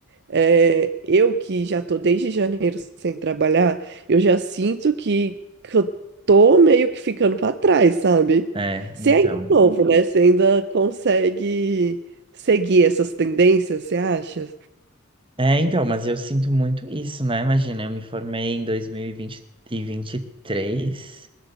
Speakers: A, on the right; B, on the right.
A: é, eu que já tô desde janeiro sem trabalhar, eu já sinto que, que eu tô meio que ficando pra trás, sabe?
B: É,
A: Você
B: então.
A: ainda é novo, né? Você ainda consegue seguir essas tendências, você acha?
B: É, então, mas eu sinto muito isso, né? Imagina, eu me formei em dois mil e vinte e três.